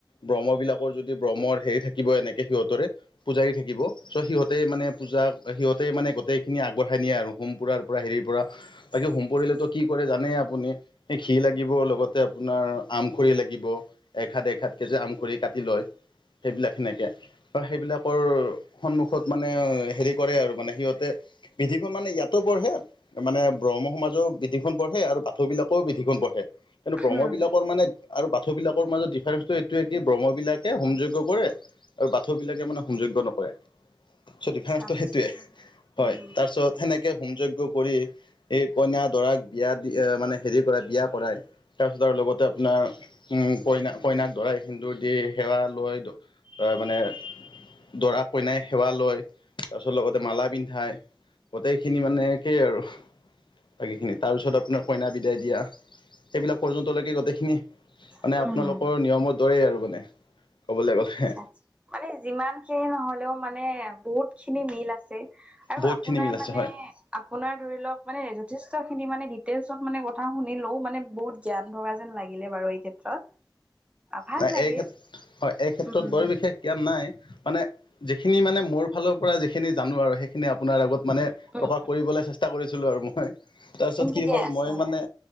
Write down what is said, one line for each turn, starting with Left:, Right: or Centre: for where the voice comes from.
Left: ব্ৰহ্ম বিলাকৰ যদি ব্ৰহ্মৰ হেৰি থাকিব এনেকে সিহঁতৰে পূজাৰী থাকিব চ' সিহঁতে মানে পূজা সিহঁতে মানে গোটেইখিনি আগবঢ়াই নিয়ে আৰু হোম পুৰাৰ পৰা হেৰিৰ পৰা বাকী হোমপুৰৰিলেতো কি কৰে জানেই আপুনি এই ঘি লাগিব লগতে আপোনাৰ আমখৰি লাগিব এসা <unintelligible> ঘাতকেই যে আমখৰি কাটি লয় সেইবিলাক সেনেকৈ বা সেইবিলাকৰ সন্মুখত মানে হেৰি কৰে আৰু মানে সিহঁতে বিধিখন মানে ইয়াতো পঢ়ে মানে ব্ৰহ্ম সমাজও বিধিখন পঢ়ে আৰু বাথ বিলাকেও বিধিখন পঢ়ে কিন্তু ব্ৰহ্ম
Right: হুম,
Left: বিলিলাকৰ মানে আৰু পাথ বিলাকৰ মাজত ডিফাৰেন্স এইটোৱে য়ে কি ব্ৰহ্ম বিলাকে হোম জজ্ঞ কৰে আৰু বাথুবিলাকে মানে হোম জজ্ঞ নকৰে <unintelligible> টো
Right: আচ্ছা, আচ্ছা।
Left: সেইটোৱে
Right: হুম,
Left: হয় তাৰপিছত সেনেকে হোম যজ্ঞ কৰি সেই কইনা দৰাক বিয়া দি মানে হেৰি কৰা বিয়া কৰাই তাৰপিছত আৰু লগতে আপোনাৰ উ কইনা কইনাক দৰাই সেন্দুৰ দি সেৱা লৈ তাৰ মানে দৰা কইনাই সেৱা লয় তাৰপিছত লগতে মালা পিন্ধায় গোটেইখিনি মানে সেয়ে আৰু বাকীখিনি তাৰপিছত আপোনাৰ কইনা বিদায় দিয়া সেইবিলাক পৰ্যন্তলৈকে গোটেইখিনি মানে
Right: হুম,
Left: আপোনালোকৰ নিয়মৰ দৰেই আৰু মানে ক'বলৈ গ'লে
Right: আ মানে যিমান খিনি নহলেও মানে বহুত খিনি মিল আছে আৰু
Left: বহুতখিনি
Right: আপোনাৰ
Left: মিল আছে
Right: মানে
Left: হয়
Right: আপোনাৰ ধৰি লওক মানে যথেষ্টখিনি মানে ডিটেইলচত মানে কথা শুনিলোও মানে বহুত জ্ঞান ভগা যেন লাগিলে বাৰু এই ক্ষেত্ৰত ভাল
Left: নাই
Right: লাগিল
Left: এই ক্ষেত্ৰত হয় এই ক্ষেত্ৰত
Right: উম, উম,
Left: বৰ বিশেষ এতিয়া নাই মানে যিখিনি মানে মোৰ ফালৰ পৰা যিখিনি জানো আৰু সেইখিনি আপোনাৰ আগত মানে
Right: উম,
Left: প্ৰকাশ কৰিবলৈ চেষ্টা কৰিছিলো আৰু মই তাৰপিছত
Right: উম, ঠিকে
Left: কি হয়
Right: আছে।
Left: মই মানে